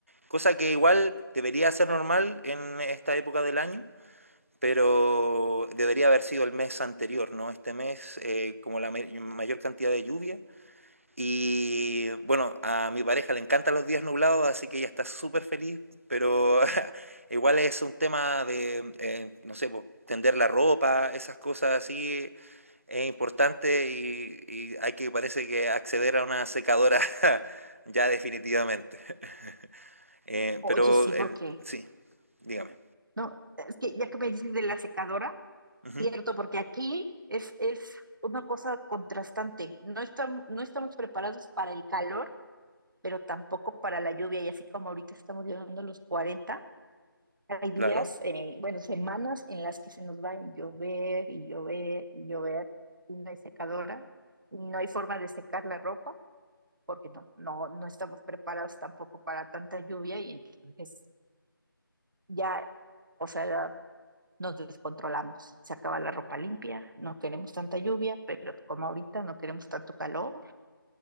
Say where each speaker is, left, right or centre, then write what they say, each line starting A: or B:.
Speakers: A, on the right; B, on the right.
A: Cosa que igual debería ser normal en esta época del año, pero debería haber sido el mes anterior, ¿no? Este mes, eh, como la me- mayor cantidad de lluvia. Y bueno, a mi pareja le encantan los días nublados, así que ella está súper feliz, pero <laughs> igual es un tema de, eh, no sé, pues, tender la ropa, esas cosas así, es importante y, y hay que, parece que, acceder a una secadora <laughs> ya definitivamente. <laughs> Eh,
B: Oye,
A: pero
B: sí, porque,
A: en- sí. Dígame.
B: no, es que ya que me dices de la secadora,
A: Ujú,
B: cierto, porque aquí es, es una cosa contrastante, no, estam- no estamos preparados para el calor pero tampoco para la lluvia. Y así como ahorita estamos llegando a los 40 hay días,
A: claro.
B: eh, bueno, semanas en las que se nos va a llover y llover y llover y no hay secadora y no hay forma de secar la ropa porque no, no, no estamos preparados tampoco para tanta lluvia y entonces ya, o sea, nos descontrolamos. Se acaba la ropa limpia, no queremos tanta lluvia, pero como ahorita no queremos tanto calor,